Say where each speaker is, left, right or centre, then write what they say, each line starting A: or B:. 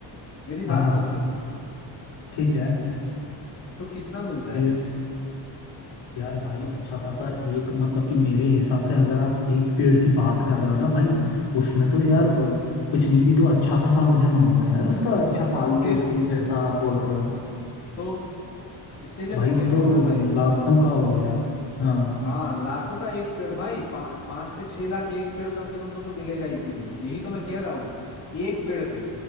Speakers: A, on the left (about 35°); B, on the left (about 80°).
A: मेरी
B: हाँ
A: बात
B: हाँ
A: समझो
B: ठीक है
A: तो कितना मिलता है
B: डेढ़ यार भाई अच्छा खासा एक मतलब कि मेरे हिसाब से अगर आप एक पेड़ की बात कर रहे हो ना भाई उसमें तो यार अ, कुछ नहीं भी तो अच्छा खासा वजन होगा यार उसका अच्छा पाल
A: तो फिर
B: पोस के जैसा आप बोल रहे हो
A: तो इसीलिए
B: भाई
A: मैं कह
B: वो
A: रहा
B: तो
A: हूँ ना भाई
B: लाखों का हो गया हाँ
A: हाँ लाखों का एक पेड़ भाई पा, पांच से छह लाख एक पेड़ कम से कम तुम्हें मिलेगा इजीली यही तो मैं कह रहा हूँ एक पेड़ पे